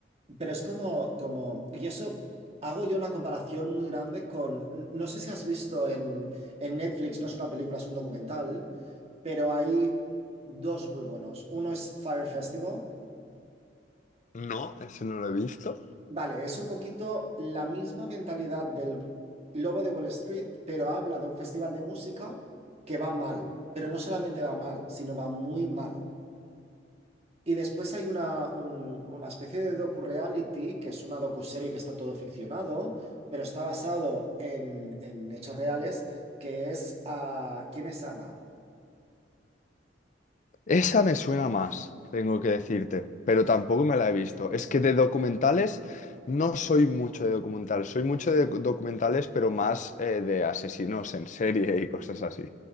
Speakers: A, on the right; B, on the left.
A: Pero es como, como... Y eso hago yo una comparación muy grande con... No sé si has visto en, en Netflix, no es una película, es un documental, pero hay dos muy buenos. Uno es Fire Festival
B: No, eso no lo he visto.
A: Vale, es un poquito la misma mentalidad del Lobo de Wall Street, pero habla de un festival de música que va mal, pero no solamente va mal, sino va muy mal. Y después hay una, un- una especie de docu-reality, que es una docuserie que está todo ficcionado, pero está basado en, en hechos reales, que es ah, ¿Quién es Ana?
B: Esa me suena más, tengo que decirte, pero tampoco me la he visto. Es que de documentales no soy mucho de documentales, soy mucho de documentales, pero más eh, de asesinos en serie y cosas así,